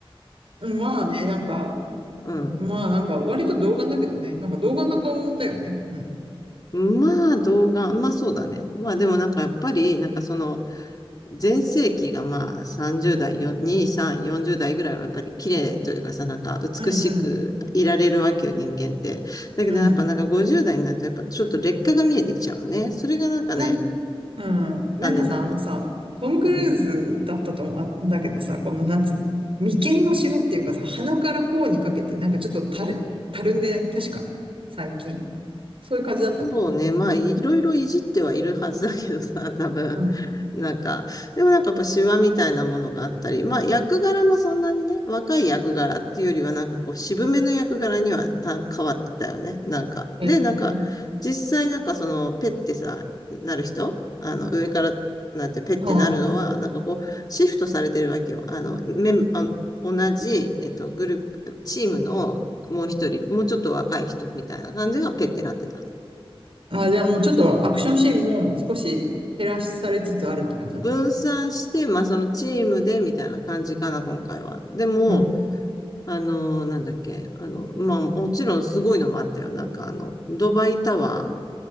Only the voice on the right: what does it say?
うんまあね、なんか、
まあなんか割と童顔だけどね。なんか童顔な顔だよね。うん。
うん、
うん、うん。
なん、うん。なんかさ、
あのさ、トム・クルーズだったと思うあ、
だけどさ、このなんつうの。眉間のシワっていうかさ、鼻から頬にかけて、なんかちょっと垂れ、たるんでない確か、最近。そういう感じだった。
うん。
へえ。
あ
あ、じゃあもうちょっとアクションシーンも少し減らされつつあるって感じなんだ。
うん、